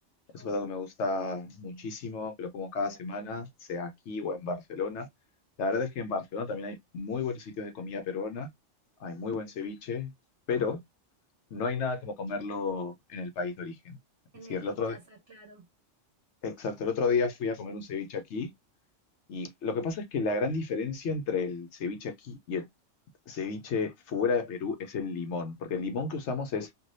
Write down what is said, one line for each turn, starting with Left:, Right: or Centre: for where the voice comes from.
Left: Es
Right: Oh,
Left: un plato que me gusta muchísimo, que lo como cada semana, sea aquí o en Barcelona. La verdad es que en Barcelona también hay muy buenos sitios de comida peruana, hay muy buen ceviche, pero no hay nada como comerlo en el país de origen. Es
Right: en
Left: decir,
Right: el,
Left: el
Right: en
Left: otro,
Right: casa, claro,
Left: exacto, el otro día fui a comer un ceviche aquí y lo que pasa es que la gran diferencia entre el ceviche aquí y el ceviche fuera de Perú es el limón, porque el limón que usamos es